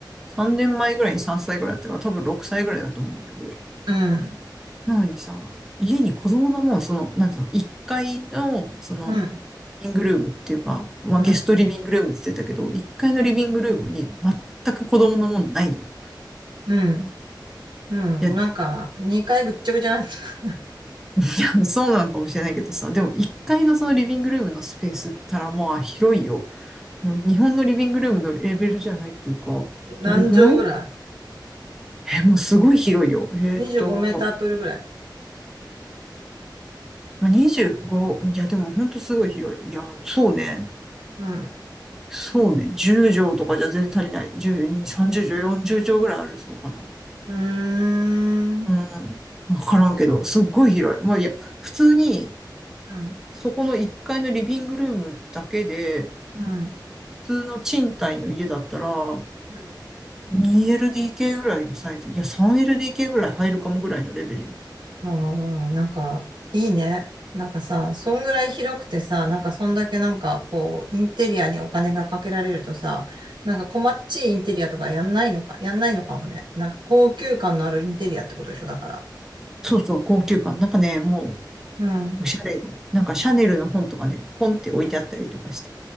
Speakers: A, in the centre; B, on the right.
A: 3年前ぐらいに3歳ぐらいだったから、多分6歳ぐらいだと思うんだけど。
B: うん、
A: なのにさ、家に子供のもう、その、なんつうの、1階の、その、
B: うん、
A: リビングルームっていうか、まあ、
B: うん、
A: ゲストリビングルームって言ってたけど、
B: うん、
A: 1階のリビングルームに全く子供のもんないのよ。
B: うん、うん。
A: いや、い
B: なんか、2回ぐっちゃぐちゃな、<laughs>
A: や、そうなのかもしれないけどさ、でも1階のそのリビングルームのスペースったらまあ広いよ。もう日本のリビングルームのレベルじゃないっていうか、
B: 何畳ぐらいあるの
A: どれぐらいえ、もうすごい広いよ。えっと、
B: ?25 メータープールぐらい。
A: まあ、25、いや、でもほんとすごい広い。いや、そうね。
B: うん。
A: そうね。10畳とかじゃ全然足りない。12、30畳、40畳ぐらいあるそうかな。
B: うーん。
A: うん。わからんけど、
B: あ、こ
A: すっごい広い。もういや、普通に、
B: ううん、
A: そこの1階のリビングルームだけで、
B: うん。
A: 普通の賃貸の家だったら、
B: うん。
A: 2LDK ぐらいのサイズ。いや、3LDK ぐらい入るかもぐらいのレベルよ。
B: あーなんか、いいね。なんかさ、そんぐらい広くてさ、なんかそんだけなんかこう、インテリアにお金がかけられるとさ、なんかこっちいインテリアとかやんないのか、やんないのかもね。なんか高級感のあるインテリアってことでしょ、だから。
A: そうそう、高級感。なんかね、も
B: うん。
A: う、おしゃれよ。なんかシャネルの本とかね、ポンって置いてあったりとかして。